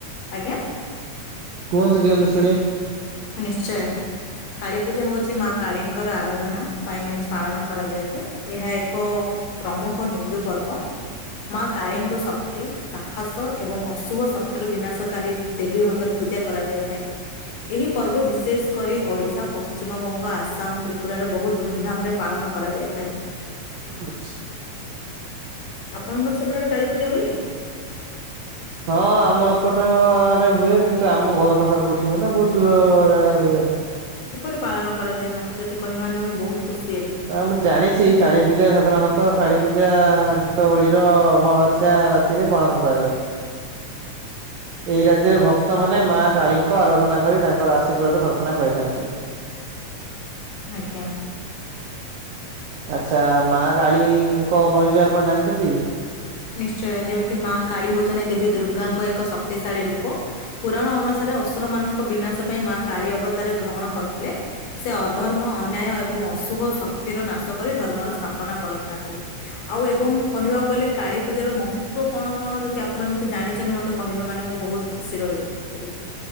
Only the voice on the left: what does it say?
ଆଜ୍ଞା
ନିଶ୍ଚୟ। କାଳୀ ପୂଜା ହଉଛି ମା କାଳୀଙ୍କର ଆରାଧନା ପାଇଁ ମିନ୍ସ ପାଳନ କରାଯାଇଥାଏ ଏହା ଏକ ପ୍ରମୁଖ ହିନ୍ଦୁ ପର୍ବ। ମା କାଳୀଙ୍କୁ ଶକ୍ତି ସାହସ ଏବଂ ଅଶୁଭ ଶକ୍ତିର ବିନାଶକାରୀ ଦେବୀ ଭାବରେ ପୂଜା କରାଯାଇଥାଏ ଏହି ପର୍ବ ବିଶେଷ କରି ଓଡ଼ିଶା ପଶ୍ଚିମବଙ୍ଗ ଆସାମ ତ୍ରିପୁରାରେ ବହୁତ ଧୁମଧାମ ରେ ପାଳନ କରାଯାଇଥାଏ।
ଆପଣଙ୍କର ସେପଟେ ଆଡ଼େ କାଳୀପୂଜା ହୁଏ।
କିପରି ପାଳନ କରାଯାଏ ମତେ ଯଦି କହିବା ନେ ମୁଁ ବହୁତ ଖୁସି ହେବି।
ଆଜ୍ଞା।
ନିଶ୍ଚୟ ଯେମିତି ମା କାଳୀ ହୋଉଚନ୍ତି ଦେବୀ ଦୁର୍ଗାଙ୍କ ଏକ ଶକ୍ତିଶାଳୀ ରୂପ। ପୁରାଣ ଅନୁସାରେ ଅଶୁର ମାନଙ୍କ ବିନାଶ ପାଇଁ ମା କାଳୀ ଅବତାର ଗ୍ରହଣ କରିଥିଲେ। ସେ ଅଧର୍ମ ଅନ୍ୟାୟ ଏବଂ ଅଶୁଭ ଶକ୍ତିର ନାଶ କରି ଧର୍ମର ସ୍ଥାପନା କରିଥାନ୍ତି। ଆଉ ଏବଂ କହିବାକୁ ଗଲେ କାଳି ପୂଜାର ମହତ୍ଵ କଣ କଣ ଯଦି ଆପଣ ଯଦି ଜାଣିଛନ୍ତି ମୋତେ କହିବେ ମାନେ ମୁଁ ବହୁତ ଖୁସି ରହି ହେବିି।